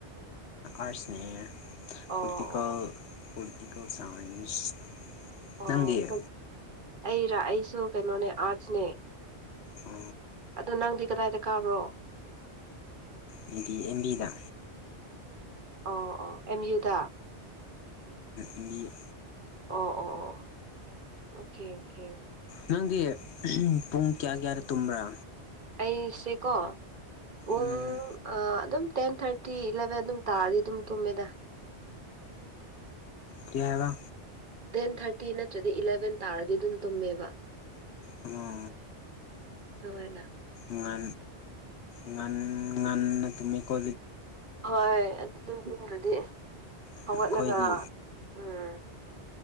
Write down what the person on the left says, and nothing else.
ꯑꯥꯁꯅꯦ
ꯄꯣꯂꯤꯇꯤꯀꯦꯟ
ꯄ꯭ꯔꯛꯇꯤꯀꯦꯜ ꯁꯥꯏꯟꯁ
ꯅꯪꯒꯤꯦ
ꯑ
ꯍꯥꯏꯗꯤ ꯑꯦꯝꯕꯤꯗ
ꯏꯟꯗꯤꯌꯥ
ꯅꯪꯒꯤ ꯄꯨꯡ ꯀꯌꯥ ꯀꯌꯥꯗ ꯇꯨꯝꯕ꯭ꯔꯥ
ꯎꯝ
ꯀ꯭ ꯍꯥꯏꯕ
ꯑꯣ
ꯉ ꯉ ꯉꯟꯅ ꯇꯃꯤ ꯀꯣ
ꯑꯩꯈꯣꯏꯗꯤ